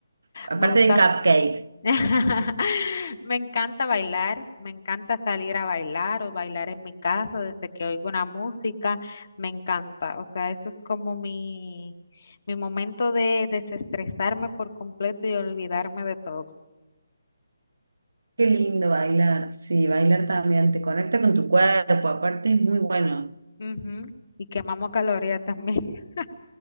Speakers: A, on the right; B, on the left.
A: aparte
B: Me gusta
A: de cupcakes.
B: <laughs> Me encanta bailar, me encanta salir a bailar o bailar en mi casa desde que oigo una música, me encanta. O sea, eso es como mi, mi momento de desestresarme por completo y olvidarme de todo.
A: Qué lindo bailar. Sí, bailar también te conecta con tu cuerpo, aparte es muy bueno.
B: Ujú, Y quemamos calorías también. <laughs>